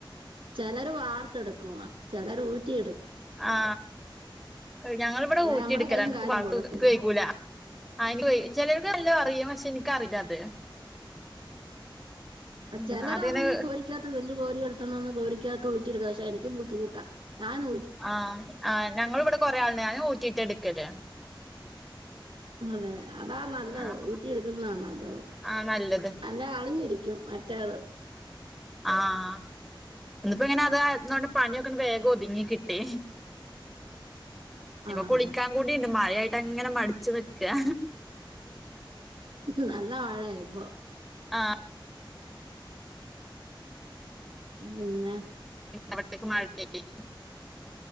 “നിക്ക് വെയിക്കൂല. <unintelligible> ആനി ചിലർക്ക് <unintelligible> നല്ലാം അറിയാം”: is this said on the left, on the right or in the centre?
Centre